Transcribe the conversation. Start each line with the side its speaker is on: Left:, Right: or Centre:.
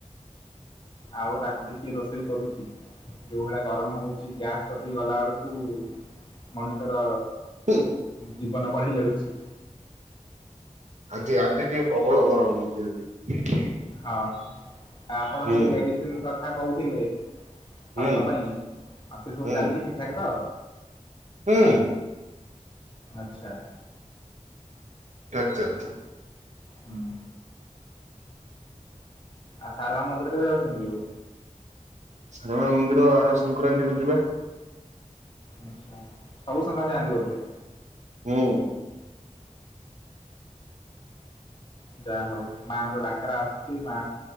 Left: ଆଉ ରାତିରେ କିଏ ରୋସ୍‌ ଷେଇ କରୁଚି ଯୋଉ ଭଳିଆ ଗରମ ହଉଚି ଗ୍ୟାସ୍ କତିକି ଗଲା ବେଳକୁ ମଣିଷର
Right: ହୁଁ।
Left: ଜୀବନ କଣ ହେଇ ଯାଉଚି।
Right: ଆଜି ଆଜି ଟିକେ ପ୍ରବଳ ଗରମ ହଉଚି ଆଜି।
Left: ହଁ ଆପଣ
Right: ହୁଁ
Left: ହେ ଯୋଉ ମେଡିସିନ କଥା କହୁଥିଲେ ଖାସ
Right: ହୁଁ
Left: ପାଇଁ ଆଉ ସେ ସବୁ
Right: ହୁଁ
Left: ଚାଲିଛି ଠିକ୍ ଠାକ୍ ତ?
Right: ହୁଁ।
Left: ଆଛା।
Right: ଆଛା ଆଛା।
Left: ହୁଁ। ଆଉ ସାରମା ମନ୍ଦିର କେବେ ଯାଉଚନ୍ତି ଆଉ?
Right: ସାରଳା ମନ୍ଦିର ଆର ସଂକ୍ରାନ୍ତି କୁ ଯିବା।
Left: ଆଛା ସବୁ ସଂକ୍ରାନ୍ତି ଯାଆନ୍ତି ବୋଧେ।
Right: ହୁଁ।
Left: ଯାଆ ହଉ ମାଆଙ୍କ ଡାକେରା ଆସୁଚି ମା